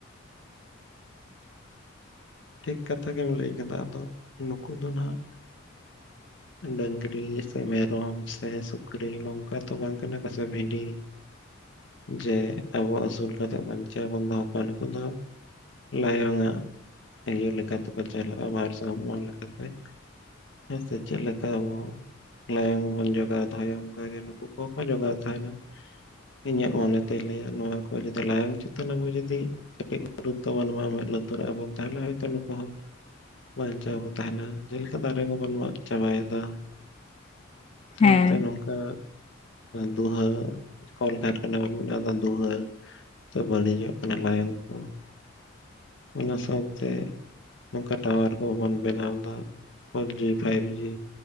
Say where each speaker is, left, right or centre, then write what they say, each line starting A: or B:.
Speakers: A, on the left; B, on the left.
A: ᱴᱷᱤᱠ ᱠᱟᱛᱷᱟ ᱜᱮᱢ ᱞᱟᱹᱭ ᱠᱮᱫᱟ᱾ ᱟᱫᱚ ᱱᱩᱠᱩ ᱫᱚ ᱱᱟᱜ
B: <unintelligible>
A: ᱰᱟᱹᱝᱨᱤ ᱥᱮ ᱢᱮᱨᱚᱢ ᱥᱮ ᱥᱩᱠᱨᱤ ᱱᱚᱝᱠᱟ ᱛᱚ ᱵᱟᱝ ᱠᱟᱱᱟ ᱠᱚ ᱥᱮ ᱵᱷᱤᱰᱤ
B: <unintelligible>
A: ᱡᱮ ᱟᱵᱚ ᱟᱹᱥᱩᱞ ᱠᱟᱛᱮᱜ ᱵᱟᱧᱪᱟᱣ ᱵᱚᱱ ᱫᱚᱦᱚ ᱠᱚᱣᱟ ᱱᱩᱠᱩ ᱫᱚ᱾ ᱞᱟᱭᱚᱝ ᱟᱜ ᱤᱭᱟᱹ ᱞᱮᱠᱟᱛᱮ ᱠᱚ ᱪᱟᱞᱟᱜᱼᱟ ᱵᱷᱟᱨ ᱥᱟᱢᱢᱚ ᱞᱮᱠᱟᱛᱮ ᱦᱮᱸᱥᱮ ᱪᱮᱫ ᱞᱮᱠᱟ ᱟᱵᱚ ᱞᱟᱭᱚᱝ ᱵᱚᱱ ᱡᱚᱜᱟᱣ ᱫᱚᱦᱚᱭᱟ ᱚᱱᱠᱟ ᱜᱮ ᱱᱩᱠᱩ ᱠᱚᱦᱚᱸ ᱠᱚ ᱡᱚᱜᱟᱣ ᱛᱟᱦᱮᱱᱟ᱾ ᱤᱧᱟᱹᱜ ᱢᱚᱱᱮᱛᱮᱭ ᱞᱟᱹᱭᱟ ᱱᱚᱣᱟ ᱠᱚ ᱡᱩᱫᱤ ᱞᱟᱭᱚᱝ ᱪᱮᱛᱟᱱ ᱟᱵᱚ ᱡᱩᱫᱤ ᱠᱟᱹᱴᱤᱡ ᱜᱩᱨᱩᱛᱛᱚ ᱵᱚᱱ ᱮᱢᱟ ᱢᱮᱫ ᱞᱩᱛᱩᱨᱟᱜᱼᱟᱵᱚᱱ ᱛᱟᱦᱚᱞᱮᱛᱳ ᱱᱩᱠᱩ ᱦᱚᱸ ᱵᱟᱧᱪᱟᱣ ᱠᱚ ᱛᱟᱦᱮᱱᱟ ᱡᱮᱞᱮᱠᱟ ᱫᱟᱨᱮ ᱠᱚᱵᱚᱱ ᱢᱟᱜ ᱪᱟᱵᱟᱭᱮᱫᱟ᱾ ᱥᱟᱶᱛᱮ
B: ᱦᱮᱸ
A: ᱱᱚᱝᱠᱟ, ᱫᱩᱦᱟᱹ ᱠᱚᱞᱜᱴᱠᱷᱟᱱᱟ ᱵᱚᱱ ᱢᱮᱱᱟᱣᱫᱟ ᱫᱩᱦᱟᱹ ᱾ ᱵᱟᱹᱲᱤᱡᱚᱜ ᱠᱟᱱᱟ ᱞᱟᱭᱚᱝ ᱠᱚ ᱾ ᱚᱱᱟ ᱥᱟᱶᱛᱮᱼᱼ ᱱᱚᱝᱠᱟ ᱴᱟᱣᱟᱨ ᱠᱚᱵᱚᱱ ᱵᱮᱱᱟᱣ ᱮᱫᱟ four G five G